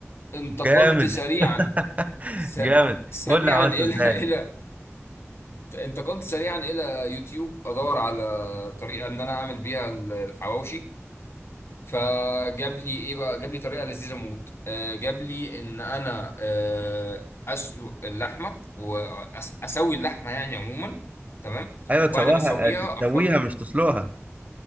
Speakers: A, on the left; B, on the right.
A: انتقلت
B: جامد
A: سريعا
B: <laughs>
A: س...
B: جامد
A: سريعا
B: قول لي عملته
A: الى
B: ازاي
A: <laughs> الى انتقلت سريعا الى يوتيوب ادور على طريقه ان انا اعمل بيها ال- الحواوشي فجاب لي ايه بقى جاب لي طريقه لذيذه موت آه، جاب لي ان انا آه، اسلق اللحمه واسوي اللحمه يعني عموما تمام
B: ايوه
A: وبعد
B: تسويها
A: ما اسويها
B: تسويها
A: احط
B: مش تسلقها